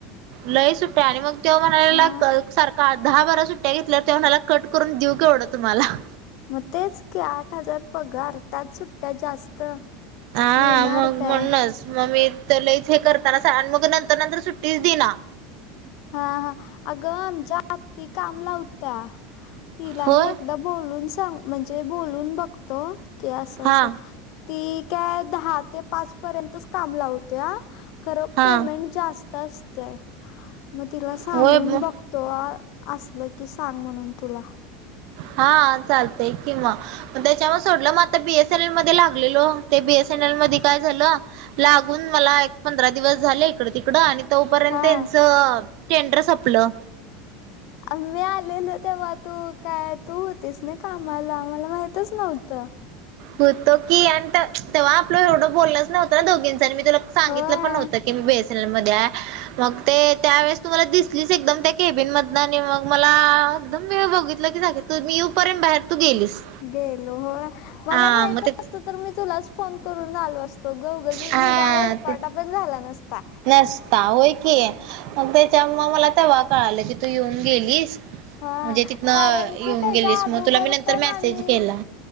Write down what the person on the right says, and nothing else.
लई सुट्ट्या आणि मग तेव्हा म्हणायला
लागला सारख- दहा, बारा सुट्ट्या घेतल्या, त्यो म्हणाला कट करून देऊ केवढं तुम्हाला?
हा,
मग
म्हणूनच. मग मी च लयच हे करताना मग नंतर, नंतर सुट्टीच दिना.
होय
हा
हा
होय मग
हा चालतय कि मग. मग त्याच्यावर सोडलं, मग आता बी एस एन एल मध्ये लागलेलो, ते बी एस एन एल मध्ये काय झालं- लागून मला एक पंधरा दिवस झाले इकड, तिकड आणि- तोपर्यंत
त्यांचं टेंडर संपलं.
तो की आणि तेव्हा आपलं एवढं बोलनच नव्हतं, दोघींच आणि मी तुला सांगितलं
पण नव्हतं. त की मी बेसल मध्ये हाय. मग ते त्यावेेळेस तुम्हाला दिसलीच एकदम त्या केबिन मधन आणि मग मला आ एकदम वेळ बघितलं की सगित. तू मी येऊपर्यंत बाहेर तू गेलीस.
हा
मग ते
हा
ते
नसता होय की मग त्याच्या मग मला तेवा कळा आलं की तू येऊन गेलीस.
म्हणजे तिथनं
येऊन
गेलीस
मग तुला मी नंतर
मेसेज
केला